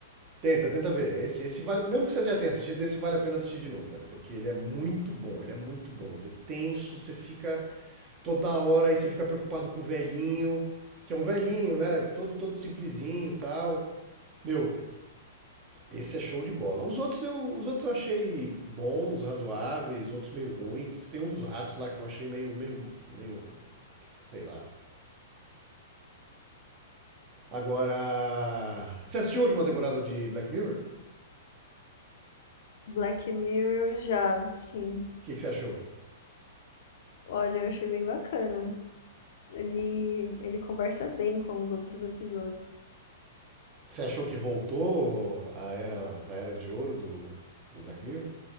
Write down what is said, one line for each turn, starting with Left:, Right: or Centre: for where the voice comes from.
Right: Tenta, tenta ver. Esse, esse vale, mesmo que você já tenha assistido, esse vale a pena assistir de novo, velho, porque ele é muito bom, ele é muito bom. Ele é tenso, você fica toda hora aí você fica preocupado com o velhinho, que é um velhinho, né? Todo todo simplesinho, e tal. Meu, esse é show de bola. Os outros eu, os outros eu achei bons, razoáveis, outros meio ruins. Tem um dos ratos lá que eu achei meio meio meio, sei lá. Agora, você assistiu a última temporada de Black Mirror? O
Left: Black Mirror já, sim.
Right: que, que você achou?
Left: Olha, eu achei bem bacana. Ele, ele conversa bem com os outros episódios.
Right: Você achou que voltou a era, a era de ouro do, do Black Mirror?